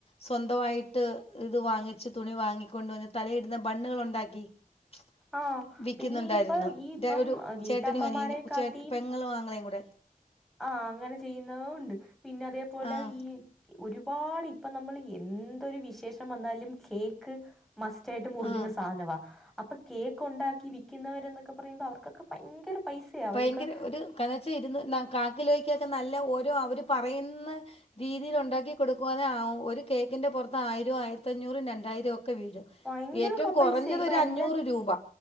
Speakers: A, on the left (about 40°); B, in the centre.
A: സ്വന്തവായിട്ട് ഇത് വാങ്ങിച്ച് തുണി വാങ്ങിക്കൊണ്ട് വന്ന് തലേഇടുന്ന ബണ്ണുകളുണ്ടാക്കി <unintelligible>
B: ആഹ്
A: വിക്കുന്നുണ്ടായിരുന്നു
B: പിന്നെ ഇപ്പൊ ഈ ഇപ്പം
A: ദേ ഒരു
B: വീട്ടമ്മമാരെ
A: ചേട്ടനും അനിയനു
B: കാട്ടി
A: ചേ പെങ്ങളും ആങ്ങളയും കൂ <unintelligible>
B: ആഹ് അങ്ങനെ ചെയ്യുന്നോം ഉണ്ട് പിന്നെ അതേപോലെ
A: ആഹ്
B: ഈ ഒരുപാട് ഇപ്പം ന്നമ്മള് എന്തൊരു വിശേഷം വന്നാലും കേക്ക് മസ്റ്റായിട്ട് മുറിക്കുന്ന
A: ആഹ്
B: സാനവാ അപം കേക്ക് ഉണ്ടാക്കി വിക്കുന്നവര് എന്നൊക്കെ പറയുമ്പ അവർക്കൊക്കെ ഭയങ്കര പൈസയാ അവർക്ക്
A: ഭയങ്കര ഒരു കനച്ച ഇരുന്ന് ന്നാ കാക്കെലോയ്ക്കൊക്കെ ന്നല്ല ഓരോ അവര് പറയുന്ന രീതീല്ഉണ്ടാക്കി കൊടുക്കുവാനെ ആ ഒരു കേക്കിന്റെ പൊർത്ത് ആയിരും ആയിരത്തഞ്ഞൂറും രണ്ടായിരും ഒക്കെ വീഴും
B: ഭയങ്കര
A: ഏറ്റവും
B: ക-
A: കോറഞ്ഞതൊര്
B: പൈസയാ ഇപ്പൊ എന്റെ
A: അഞ്ഞൂറ് രൂപ